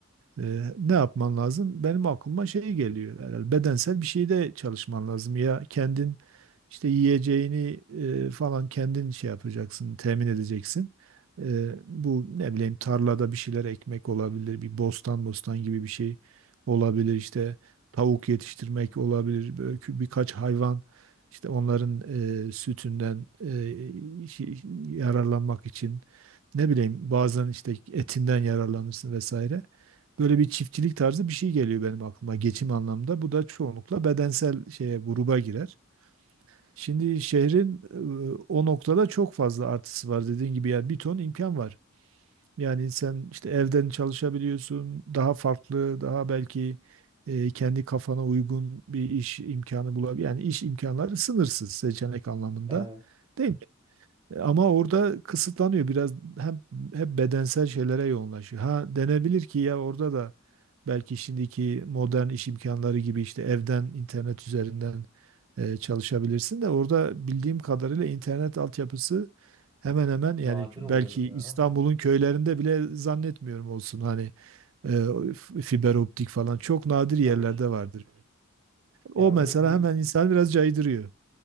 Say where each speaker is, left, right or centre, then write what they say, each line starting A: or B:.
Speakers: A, on the right; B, on the right.
A: ee, ne yapman lazım? Benim aklıma şey geliyor herhalde bedensel bir şeyde çalışman lazım ya kendin işte yiyeceğini e, falan kendin şey yapacaksın, temin edeceksin. Ee, bu ne bileyim tarlada bir şeyler ekmek olabilir, bir bostan bostan gibi bir şey olabilir işte tavuk yetiştirmek olabilir, böyle kü- birkaç hayvan işte onların e, sütünden e, şey- yararlanmak için ne bileyim bazen işte etinden yararlanırsın vesaire. Böyle bir çiftçilik tarzı bir şey geliyor benim aklıma geçim anlamda. Bu da çoğunlukla bedensel şeye gruba girer. Şimdi şehrin e, o noktada çok fazla artısı var dediğin gibi yani bir ton imkan var. Yani sen işte evden çalışabiliyorsun, daha farklı, daha belki e, kendi kafana uygun bir iş imkanı bulabilir. Yani iş imkanları sınırsız seçenek anlamında
B: Evet,
A: değil mi? E, Ama orada kısıtlanıyor biraz hem hep bedensel şeylere yoğunlaşıyor. Ha denebilir ki ya orada da belki şimdiki modern iş imkanları gibi işte evden internet üzerinden e, çalışabilirsin de orada bildiğim kadarıyla internet altyapısı hemen hemen yani
B: nadir
A: belki
B: oluyordur ya.
A: İstanbul'un köylerinde bile zannetmiyorum olsun hani e, f- fiber optik falan çok nadir yerlerde
B: Tabii ki.
A: vardır.
B: Ya
A: O
B: böyle
A: mesela
B: büyük
A: hemen insan biraz caydırıyor.